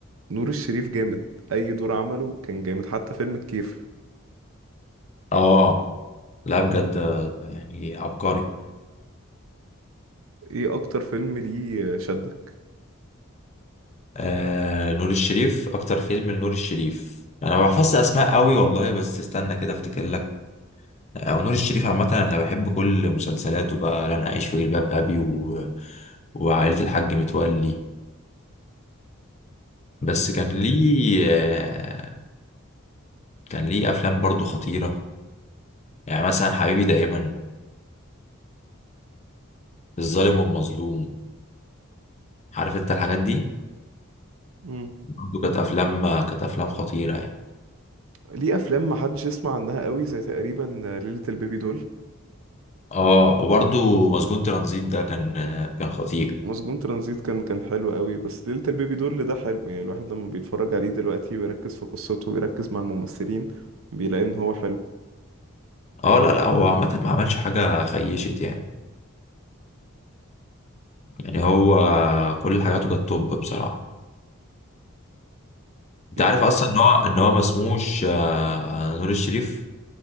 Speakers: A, on the right (about 70°); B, on the left (about 30°).
A: نور الشريف جامد اي دور عمله كان جامد حتى فيلم الكيف
B: اه لا بجد آه، يعني عبقري
A: ايه اكتر فيلم ليه شدك
B: آه نور الشريف اكتر فيلم لنور الشريف انا ما بحفظش اسماء قوي والله بس استنى كده افتكر لك او نور الشريف عامه انا بحب كل مسلسلاته بقى لن اعيش في جلباب ابي و... وعائله الحاج متولي بس كان ليه آه، كان ليه افلام برضو خطيره يعني مثلا حبيبي دائما الظالم والمظلوم عارف انت الحاجات دي
A: مم.
B: برضو كانت افلام كانت افلام خطيره يعني
A: ليه افلام ما حدش يسمع عنها قوي زي تقريبا ليلة البيبي دول
B: اه وبرضو مسجون ترانزيت ده كان آه، كان خطير
A: مسجون ترانزيت كان كان حلو قوي بس ليلة البيبي دول ده حلو يعني الواحد لما بيتفرج عليه دلوقتي ويركز في قصته ويركز مع الممثلين بيلاقي ان هو حلو
B: اه لا لا هو عامة ما عملش حاجة خيشت يعني يعني هو كل حاجاته كانت توب بصراحة انت
A: لا
B: عارف
A: و...
B: اصلا ان هو ان هو ما اسموش آه، نور الشريف